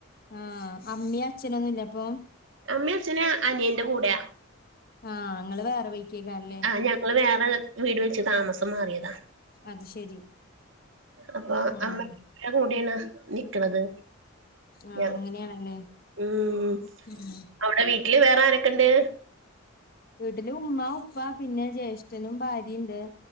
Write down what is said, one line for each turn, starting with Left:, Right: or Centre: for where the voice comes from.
Left: ആഹ അമ്മയും അച്ഛൻ ഒന്നും ഇല്ലപ്പോ.
Right: അമ്മേ അച്ഛന് അനിയന്റെ കൂടെയാ.
Left: ആഹ ഇങ്ങള് വേറെ വെയ്ക്കേ കാണ്ലെ.
Right: ആഹ് ഞങ്ങള് വേറെ വീട് വെച്ച് താമസം മാറിയതാ.
Left: അത് ശരി.
Right: അപ്പൊ
Left: ആഹ്
Right: അമ്മ <unintelligible> ന്റെ കൂടേണ് നിക്കണത്
Left: ആഹ്
Right: ഞ
Left: അങ്ങനെയാണല്ലേ
Right: ഉം
Left: ഉം
Right: അവിടെ വീട്ടില് വേറെ ആരൊക്കെ ഇണ്ട്
Left: വീട്ടില് ഉമ്മ ഉപ്പ പിന്നെ ജ്യേഷ്ഠനും ഭാര്യ ഇണ്ട്